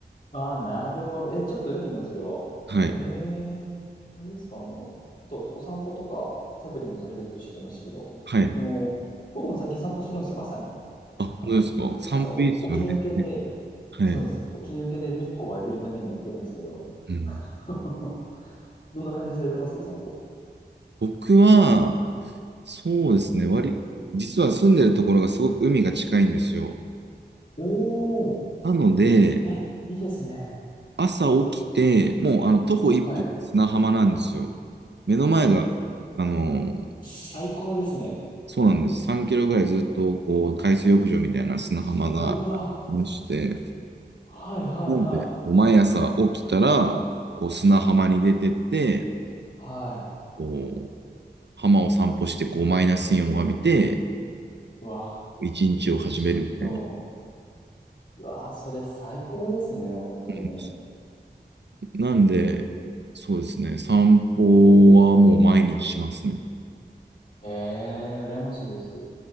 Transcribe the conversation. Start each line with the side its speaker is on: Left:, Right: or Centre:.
Left: ああ、なるほど。え、ちょっと読んでみます、それは。
Right: はい。
Left: ええあれですか、あの、あと、お散歩とか、サイクリングされるっておっしゃってましたけど、
Right: はい。
Left: その、僕も最近散歩するんですよ、朝に。
Right: あ、
Left: なんか、
Right: 本当ですか。散歩いいですよね。
Left: 朝起き、起き抜けで、
Right: はい。
Left: そうです、起き抜けで日光を浴びるためにやってるんですけど、
Right: うん、
Left: <laughs> どんな感じされてます、お散歩。
Right: 僕は、そうですね。割、実は住んでるところがすごく海が近いんですよ。
Left: おー
Right: なので、
Left: え、いいですね。
Right: 朝起きて、もうあの徒歩一歩砂浜なんですよ。
Left: はい。
Right: 目の前が、あの、
Left: 最高ですね。
Right: そうなんです。3キロぐらいずっとこう海水浴場みたいな砂浜がありまして、
Left: うわ、はいはいはい。
Right: なので、毎朝起きたら、こう砂浜に出てって、
Left: はい。
Right: こう浜を散歩して、こうマイナスイオンを浴びて、
Left: うわ、
Right: 一日を始めるみたいな。
Left: ちょっと。うわあ、それ最高ですね、本当に。
Right: うんなんで、そうですね、散歩はもう毎日しますね。
Left: ええ、羨ましいです。